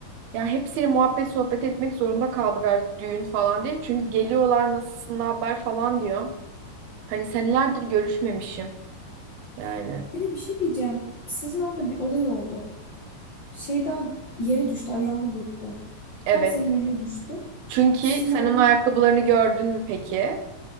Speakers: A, on the right; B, on the left.
A: ya hepsiyle muhabbet sohbet etmek zorunda kaldık artık düğün falan diye. Çünkü geliyorlar nasılsın ne haber falan diyor. Hani senelerdir görüşmemişim yani.
B: Bir de bir şey diyeceğim. Sizin orada bir olay oldu. Şey daha yere düştü ayağını burktu.
A: Evet.
B: Tam senin önüne düştü.
A: Çünkü
B: Sizin
A: sen
B: de aranız
A: onun ayakkabılarını gördün mü peki?